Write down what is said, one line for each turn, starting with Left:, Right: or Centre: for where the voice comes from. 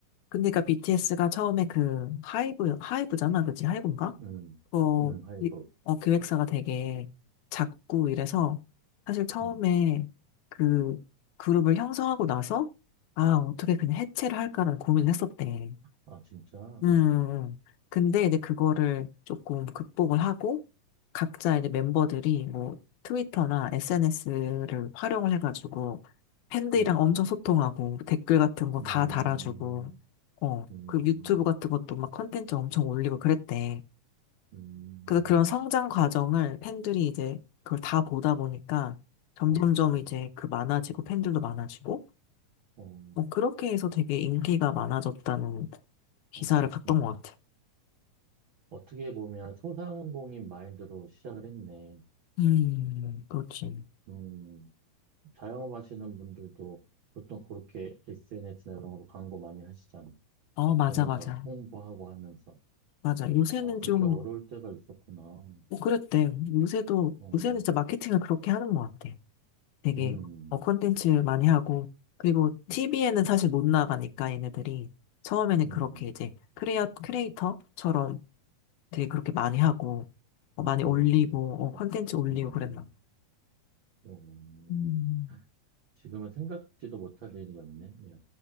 Left: 근데 그 BTS가 처음에 그 하이브, 하이브잖아, 그치? 하이브인가?
Right: 음,
Left: 어,
Right: 음, 하이브,
Left: 이- 어, 기획사가 되게 작고 이래서 사실 처음에
Right: 음,
Left: 그 그룹을 형성하고 나서 아, 어떻게 그냥 해체를 할까라는 고민을 했었대.
Right: 아, 진짜?
Left: 음. 음.
Right: 음,
Left: 근데 이제 그거를 조금 극복을 하고 각자 이제 멤버들이 뭐 트위터나 SNS를 활용을 해가지고 팬들이랑
Right: 음,
Left: 엄청 소통하고 댓글 같은 거
Right: 음,
Left: 다 달아주고 어,
Right: 음,
Left: 그 유튜브 같은 것도 막 컨텐츠 엄청 올리고 그랬대.
Right: 음,
Left: 그래서 그런 성장 과정을 팬들이 이제 그걸 다 보다 보니까 점점점
Right: 어,
Left: 이제 그 많아지고 팬들도 많아지고
Right: 어,
Left: 뭐 그렇게 해서 되게 인기가 많아졌다는 기사를
Right: 어, 그렇구나.
Left: 봤던 것 같아.
Right: 어떻게 보면 소상공인 마인드로 시작을 했네.
Left: 음, 그렇지.
Right: 음, 자영업하시는 분들도 보통 그렇게 SNS나 이런 걸로 광고 많이 하시잖아요.
Left: 어, 맞아,
Right: 그러면서
Left: 맞아.
Right: 홍보하고 하면서
Left: 맞아. 요새는
Right: 아 그렇게
Left: 좀,
Right: 어려울 때가 있었구나. 어,
Left: 뭐 그랬대. 요새도,
Right: 음,
Left: 요새는 진짜 마케팅을 그렇게 하는 것 같아. 되게,
Right: 음,
Left: 어, 콘텐츠 많이 하고, 그리고 TV에는 사실 못 나가니까 얘네들이 처음에는
Right: 음,
Left: 그렇게 이제 크레어 크리에이터처럼 되게 그렇게 많이 하고, 어,
Right: 음,
Left: 많이
Right: 어린들이
Left: 올리고,
Right: 다
Left: 어, 콘텐츠
Right: 진짜.
Left: 올리고
Right: 음,
Left: 그랬나. 봐.
Right: 어, 어, 어.
Left: 음.
Right: 지금은 생각지도 못할 일이었네. 예.